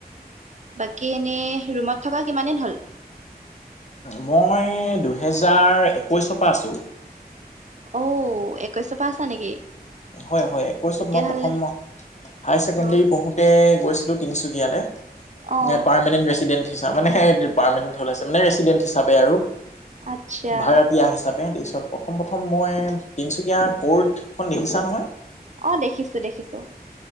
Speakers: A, on the right; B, on the left.
A: বাকী এনেই ৰুমত থকা কিমান দিন হ'ল।
B: মই দুহেজাৰ একৈশৰ পৰা আছো।
A: অ একৈশৰ পৰা আছা নেকি।
B: হয় হয় একৈশত
A: তেতিয়াহ'লে
B: মই প্ৰথম হায় ছেকেণ্ডৰী
A: অ',
B: পঢ়োতে গৈছিলো তিনচুকীয়া। দিয়ালে,
A: অ',
B: পাৰমানেণ্ট ৰেচিডেণ্ট হিচাপ মানে সেই পাৰমানেণ্ট ওলাইছে মেনে ৰেচিডেণ্ট হিচাপে আৰু।
A: আচ্ছা
B: ভাৰতীয় হিচাপে দিছ প্ৰথম প্ৰথম মই তিনচুকীয়া কৰ্টখন দেখিছা নহয়?
A: অ দেখিছোঁ, দেখিছোঁ।